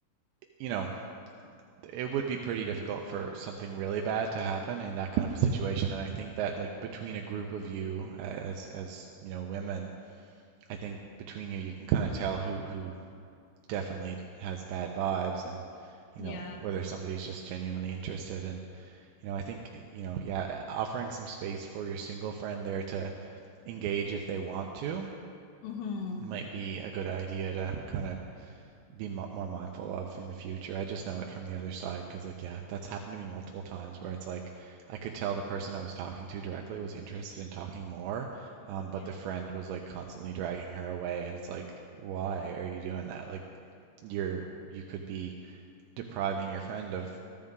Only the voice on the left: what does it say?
Yeah.
Mm-hmm.
Yeah.